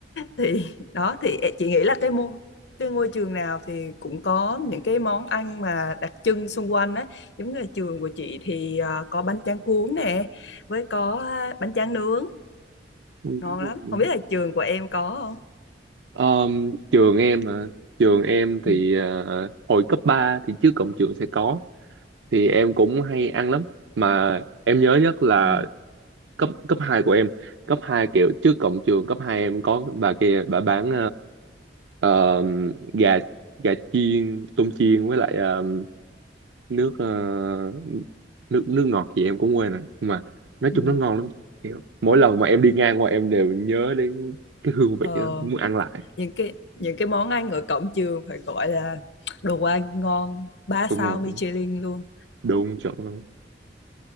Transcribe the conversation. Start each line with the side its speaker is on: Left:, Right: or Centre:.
Left: thì <laughs> đó thì chị nghĩ là cái mô cái ngôi trường nào thì cũng có những cái món ăn mà đặc trưng xung quanh á giống như là trường của chị thì à, có bánh tráng cuốn nè với có à, bánh tráng nướng
Right: ừ.
Left: ngon lắm không biết là trường của em có không
Right: Ờm, trường em mà trường em
Left: Ừ.
Right: thì ờ, hồi cấp 3 thì trước cổng trường sẽ có thì em cũng hay ăn lắm mà em nhớ nhất là
Left: ừ.
Right: cấp cấp 2 của em cấp 2 kiểu trước cổng trường cấp 2 em có bà kia bà bán ờ, gà gà chiên tôm chiên với lại ờ, nước ờ, nước nước ngọt gì em cũng quên rồi nhưng mà nói
Left: Ừ.
Right: chung nó ngon lắm Kiểu mỗi lần mà em đi ngang qua em đều nhớ đến cái hương vị
Left: Ờ,
Right: đó muốn ăn lại
Left: những cái những cái món ăn ở cổng trường phải gọi là đồ ăn ngon ba
Right: đúng
Left: sao
Right: rồi
Left: Michelin luôn
Right: đúng chuẩn luôn